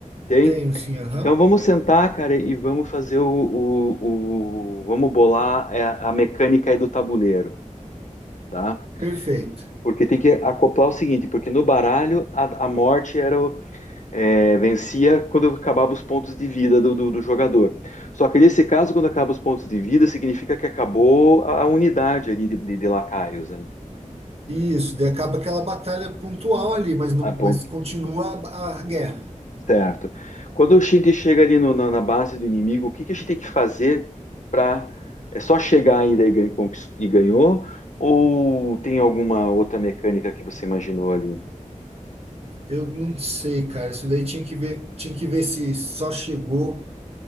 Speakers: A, on the left; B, on the right.
A: Tem.
B: tenho sim, aham.
A: Então vamos sentar, cara, e vamos fazer o, o- o- Vamos bolar é, a mecânica aí do tabuleiro, tá?
B: Perfeito.
A: Porque tem que acoplar o seguinte, porque no baralho a, a morte era o- é, vencia quando acabava os pontos de vida do, do- do jogador. Só que nesse caso, quando acaba os pontos de vida, significa que acabou a, a unidade ali de, de, de lacaios, né?
B: Isso, daí acaba aquela batalha pontual ali, mas não,
A: A pon-
B: mas continua a, a guerra.
A: Certo. Quando a gente chega ali no- na, na base do inimigo, o que, que a gente tem que fazer para. É só chegar aí daí ganha- conquist- e ganhou? Ou tem alguma outra mecânica que você imaginou ali?
B: Eu não sei, cara. Isso daí tinha que ver, tinha que ver se só chegou,